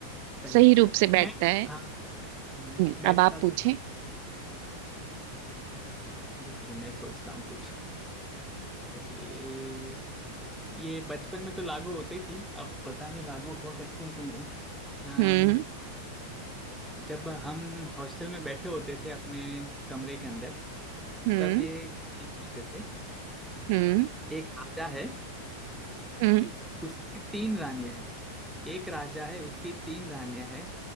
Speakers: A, in the centre; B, on the right.
A: सही
B: सही
A: है।
B: रूप से बैठता
A: मैं
B: है
A: हाँ हम्म,
B: हम्म,
A: बैठता
B: अब आप पूछे
A: तो ओके मैं सोचता हूँ कुछ चलिए ये बचपन में तो लागू होती थी अब पता नहीं लागू हो सकती है कि नहीं आ,
B: हम्म
A: जब हम हॉस्टल में बैठे होते थे अपने कमरे के अंदर
B: हम्म
A: तब ये पूछते थे
B: हम्म
A: एक राजा है
B: हम्म
A: उसकी तीन रानियां हैं एक राजा है उसकी तीन रानियां हैं